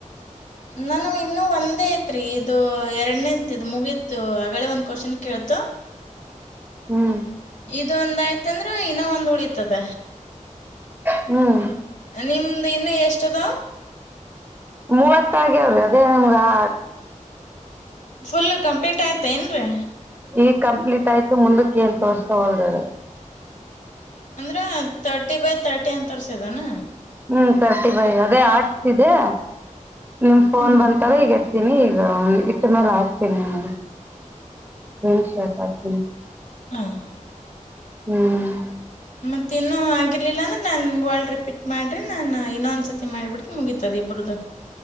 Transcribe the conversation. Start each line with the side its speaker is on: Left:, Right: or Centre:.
Left: ನಾನು ಇನ್ನು ಒಂದೇ ಐತ್ರಿ. ಇದು ಎರಡನೇದ್ ಇದ್ ಮುಗೀತು, ಆಗಲೇ ಒಂದ್ ಕ್ವಶನ್ ಕೇಳತು
Right: ಹ್ಮ್
Left: ಇದು ಒಂದು ಆಯ್ತಂದ್ರ ಇನ್ನ ಒಂದ್ ಉಳಿತದ್ದ.
Right: <unintelligible> ಹ್ಮ್
Left: ನಿಮ್ದ್ ಇನ್ನು ಎಷ್ಟದ?
Right: ಮೂವತ್ತಾಗ್ಯ ಅವ್ರಿ ಅದೇ ನಿಮರ ಆ
Left: ಫುಲ್ ಕಂಪ್ಲೀಟ್ ಆಯ್ತಾ ಏನ್ರೀ
Right: ಈ ಕಂಪ್ಲೀಟ್ ಆಯ್ತು ಮುಂದಕ್ಕೆ ಏನ್ ತೋರ್ಸೋ ಹೊಲ್ದದು
Left: ಅಂದ್ರ ತರ್ಟಿ ಬೈ ತರ್ಟಿ ಅಂತ ತರ್ಸಿದಾನ
Right: ಹ್ಮ್ ಸರ್ಟಿ ಬೈ ಅದೇ ಆಟ್ಸ್ ಇದೆ ನಿಮ ಫೋನ್
Left: ಹ್ಮ್
Right: ಬಂತಲ್ಲ ಈಗ ಇರ್ತೀನಿ ಈಗ ಮ ಮೇಲೆ ಹಾಕ್ತೀನಿ ನಗೆ ಟ್ ಶತಾತ
Left: ಹಾ <unintelligible>
Right: ಹ್ಮ್
Left: ಮತ್ತ ಇನ್ನೂ ಆಗಿರ್ಲಿಲ್ಲ ಅಂದ್ರೆ ನನ್ಗೆ ಒಳ ರಿಪೀಟ್ ಮಾಡ್ರಿ ನಾನು ಇನ್ನೊ ಒಂದ್ಸರ್ತಿ ಮಾಡಿಬಿಡ್ ಮುಗತದ ಇಬ್ರದ್ದು